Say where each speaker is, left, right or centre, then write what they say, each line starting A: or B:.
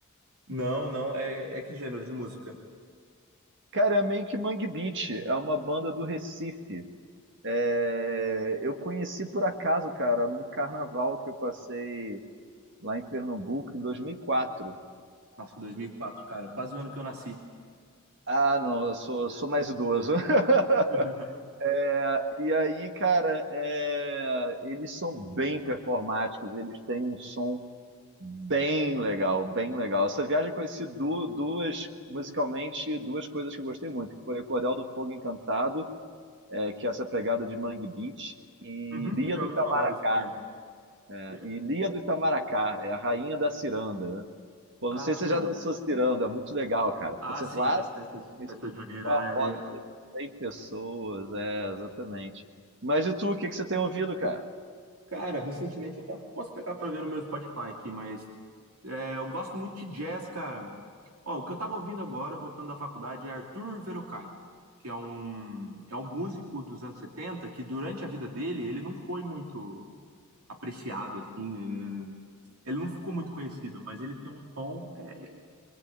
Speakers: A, on the right; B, on the right.
A: Não, não, é, é que gênero de música?
B: Cara, é meio que Mangue Beat, é uma banda do Recife. É, eu conheci por acaso, cara, num carnaval que eu passei lá em Pernambuco em 2004.
A: Nossa, dois mil e quatro, cara, quase o ano que eu nasci.
B: Ah, não, eu sou, sou mais idoso. <laughs>
A: <laughs>
B: É, e aí, cara, é, eles são bem performáticos, eles têm um som bem legal, bem legal. Essa viagem eu conheci du- duas, musicalmente, duas coisas que eu gostei muito, que foi o Cordel do Fogo Encantado, é, que é essa pegada de Mangue Beach, e
A: Uhum,
B: Lia
A: eu já
B: do
A: ouvi
B: Itamaracá.
A: falar desse gênero.
B: né?
A: Yeah.
B: E Lia do Itamaracá, é a rainha da ciranda, né? Pô,
A: Ah,
B: não sei
A: que
B: se você já
A: legal.
B: dançou ciranda, é muito legal, cara. Porque
A: Ah,
B: você
A: sim,
B: vai
A: nas festas,
B: isso.
A: festas juninas,
B: Uma roda
A: né?
B: de 100 pessoas, é, exatamente. Mas e tu, o que que você tem ouvido, cara?
A: Cara, recentemente eu até posso pegar pra ver no meu Spotify aqui, mas é, eu gosto muito de jazz, cara. Ó, o que eu tava ouvindo agora, voltando da faculdade, é Arthur Verocai, que é um, é um músico dos anos 70 que durante a vida dele ele não foi muito apreciado, assim, ele, ele não ficou muito conhecido, mas ele tem um tom é,